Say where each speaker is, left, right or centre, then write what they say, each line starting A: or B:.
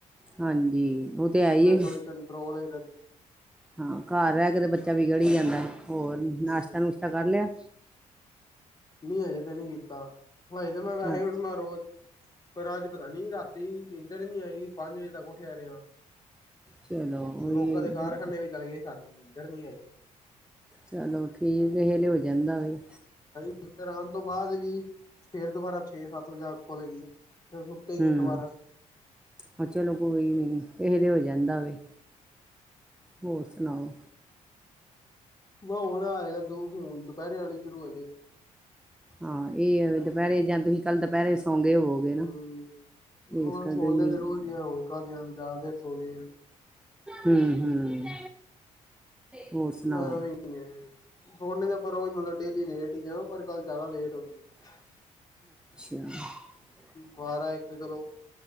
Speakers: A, in the centre; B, on the left.
A: ਹਾਂਜੀ ਉਹ ਤੇ ਹੈ ਹੀ
B: ਥੋੜੀ ਕੰਟਰੋਲ ਹੀ ਰਹਿੰਦੀ
A: ਹਾਂ ਘਰ ਰਹਿ ਕੇ ਤੇ ਬੱਚਾ ਵਿਗੜ ਹੀ ਜਾਂਦਾ ਹੋਰ ਨਾਸ਼ਤਾ
B: ਹੂੰ
A: ਨੁਸ਼ਤਾ ਕਰ ਲਿਆ
B: ਨਹੀਂ ਅਜੇ ਤੇ ਨੀ ਕੀਤਾ। ਹਾਂ ਇਹ ਤਾਂ ਮੈਂ ਵੈਹੇ
A: ਹਾਂ,
B: ਉੜਦਾ ਰੋਜ਼ ਪਰ ਅੱਜ ਪਤਾ ਨੀ ਰਾਤੀ ਨੀਂਦਰ ਨੀ ਆਈ ਪੰਜ ਵਜੇ ਤੱਕ ਉੱਠਿਆ ਰਿਹਾ
A: ਚਲੋ
B: ਲੋਕਾਂ
A: ਉਹੀ
B: ਦੇ ਕਾਰਖਾਨੇ ਵੀ ਚਲੇਂਗੇ ਸਾਨੂੰ ਇਧਰ ਨਹੀਂ ਆਈ।
A: ਚਲੋ ਠੀਕ ਹੇਲੇ ਹੋ ਜਾਂਦਾ ਵੀ
B: ਨੀਦਰ ਆਉਣ ਤੋਂ ਬਾਅਦ ਵੀ ਫੇਰ ਦੁਬਾਰਾ ਛੇ ਸੱਤ ਵਜੇ ਖੋਲ ਗਈ। ਫਿਰ ਸੁੱਤੇ ਹੀ ਨਹੀਂ
A: ਹੂੰ
B: ਦੁਬਾਰਾ
A: ਹਾਂ ਚਲੋ ਕੋਈ ਨਹੀਂ ਇਹ ਹੋ ਜਾਂਦਾ ਵ ਹੋਰ ਸੁਣਾਓ।
B: ਮ ਹ ਨਾ ਆਏਗਾ ਤੂੰ ਹੁਣ ਦੁਪਹਿਰੇ ਆਉਣੀ ਸ਼ੁਰੂ ਹੋ ਜਾਏਗੀ।
A: ਹਾਂ ਇਹ ਦੁਪਹਿਰੇ ਜਾਂ ਤੁਸੀਂ ਕੱਲ ਦੁਪਹਿਰੇ ਸੌਂਗੇ ਹੋਵੋਗੇ ਨਾ
B: ਹੂੰ ਹੁਣ
A: ਇਸ ਕਰਕੇ
B: ਸੋਨ
A: ਨਹੀਂ
B: ਦੇ ਰੋ ਦੀਆਂ ਹੋਣ ਕਾਹ ਦੀਆਂ ਜ਼ਿਆਦਾ ਦੇਰ ਸੋ ਹੋ ਗਈਆਂ।
A: ਹੂੰ ਹੂੰ ਹੋਰ ਸੁਣਾਓ।
B: ਮੈਂ ਸੋਨੇ ਤੇ ਪਰ ਉਹ ਮਤਲਬ ਡੇਲੀ ਲੇਟ ਹੀ ਆ ਪਰ ਗੱਲ ਜ਼ਿਆਦਾ ਲੇਟ <unintelligible>
A: <unintelligible>
B: ਬਾਰਾਂ ਇੱਕ ਤੇ ਚਲੋ